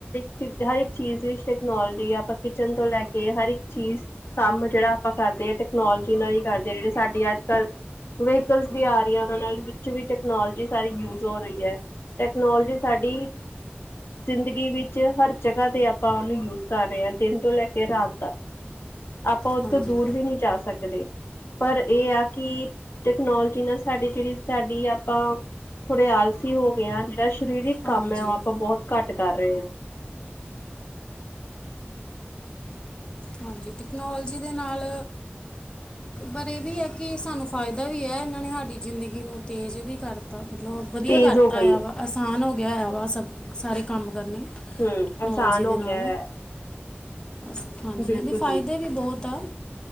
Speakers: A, on the left; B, on the left.
A: <unintelligible> ਹਰ ਇੱਕ ਚੀਜ਼ ਵਿੱਚ ਟੈਕਨੋਲਜੀ ਆ ਆਪਾਂ ਕਿਚਨ ਤੋ ਲੈਕੇ ਕੇ ਹਰ ਇੱਕ ਚੀਜ਼ ਕਾੰਬ ਜੇੜਾ ਆਪਾਂ ਕਰਦੇ ਆਂ ਟੈਕਨੋਲਜੀ ਨਾਲ ਈ ਕਾਰਦੇ ਜੇੜੇ ਸਾਡੇ ਆੱਜ-ਕਾੱਲ ਵੀਕਲ ਵੀ ਆਰੀਆਂ‌ ਓਨਾ‌ ਵਿੱਚ ਵੀ ਟੈਕਨੋਲਜੀ ਸਾਰੀ ਯੂਜ ਹੋਰੀ ਐ। ਟੈਕਨੋਲਜੀ ਸਾਡੀ ਜ਼ਿੰਦਗੀ ਵਿੱਚ ਹਰ ਜਗਾ ਤੇ ਆਪਾ‌ ਓਨੂੰ ਯੂਜ ਕਾਰ ਰੇਆਂ ਦੇਨ ਤੋ ਲੈ ਕੇ ਰਾਤ ਤੱਕ, ਆਪਾਂ ਓਥੋਂ
B: ਹਾਂਜੀ
A: ਦੂਰ ਵੀ ਨੀ ਜਾ ਸਕਦੇ। ਪਰ ਏਆ ਕਿ ਟਕਨੋਲਜੀ ਨਾਲ ਸਾਡੀ ਜੇੜੀ ਸਾਡੀ ਆਪਾਂ ਥੋੜੇ ਆਲਸੀ ਹੋਗੇਆ ਜੇੜਾ ਸ਼ਰੀਰਿਕ
B: ਹਾਂਜੀ
A: ਕਾੰਮ ਐ ਓ ਆਪਾ ਬੋਤ ਘਾੱਟ ਕਾਰ ਰੇਆਂ।
B: ਹਾਂਜੀ, ਟੈਕਨੋਲਜੀ ਦੇ ਨਾਲ ਪਰ ਏਵੀ ਐ ਕਿ ਸਾਨੂੰ ਫਾਏਦਾ ਵੀ ਐ ਏਨਾ ਨੇ ਹਾਡੀ ਜ਼ਿੰਦਗੀ ਨੂੰ ਤੇਜ਼ ਵੀ ਕਰਤਾ ਮਤਲਬ ਵਦੀਆ
A: ਤੇਜ਼
B: ਕਾਰਤਾ
A: ਹੋ ਗਈ
B: ਆਯਾਵਾ
A: ਹੈ
B: ਆਸਾਨ ਹੋਗੇਆ ਆਯਾਵਾ ਸਭ ਸਾਰੇ ਕਾੰਮ ਕਰਨੇ
A: ਹਮ
B: ਨੋਲਜੀ
A: ਆਸਾਨ ਹੋ
B: ਦੇ ਨਾਲ
A: ਗਿਆ ਹੈ।
B: ਅਸ ਹਾਂਜੀ,
A: ਬਿਲਕੁਲ
B: ਏਦੇ ਫਾਏਦੇ ਵੀ ਬੋਤ ਆ।